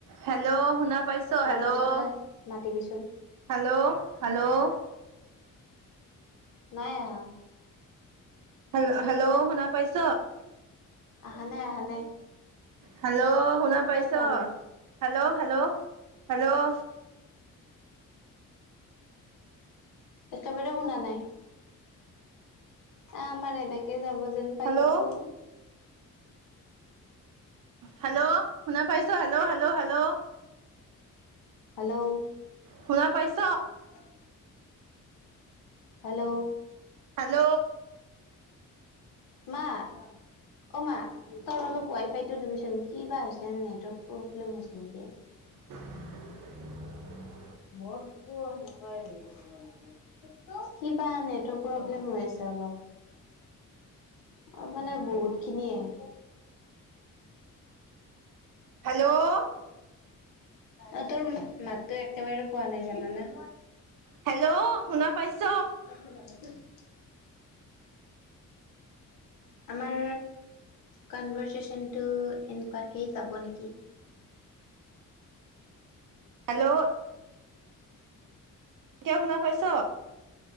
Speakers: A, on the right (about 75°); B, on the left (about 75°).
A: হেল্ল' শুনা পাইছ?
B: তাৰপিছতে
A: হেল্ল'
B: মাতিবিচোন।
A: হেল্ল' হেল্ল'
B: নাই আহা
A: হেল্ল হেল্ল' শুনা পাইছ
B: আহা নাই আহা
A: হেল্ল' শুনা
B: শুনাই
A: পাইছ
B: পোৱা নাই
A: হেল্ল' হেল্ল' হেল্ল'
B: একেবাৰে শুনা নাই আমাৰ এনেকে যাব যে পাইছো
A: হেল্ল' হেল্ল' শুনা পাইছ? হেল্ল' হেল্ল' হেল্ল'
B: হেল্ল'
A: শুনা পাইছ
B: অ <unintelligible> হেল্ল'।
A: হেল্ল'।
B: মা অ মা তই অলপ ৱাই ফাই।। টো দিবিচোন। কি বা হৈছে নেটৱৰ্ক প্ৰব্লেম হৈছে নেকি।
A: <inaudible>
B: মোৰ টো এনেকুৱাই হৈ আছে প্ৰব্লেম কিবা নেটৱৰ্ক প্ৰব্লেম হৈ আছে। অলপ অ মানে বহুত খিনিয়ে।। <unintelligible>
A: হেল্ল'
B: অ' তোৰ মাতটো একেবাৰে পোৱা নাই জানানে?
A: হেল্ল' শুনা পাইছ?
B: <unintelligible> আমাৰ কনভাৰ্চেচনটো এনেকুৱাকেই যাব নেকি?
A: হেল্ল'। এতিয়া শুনা পাইছ?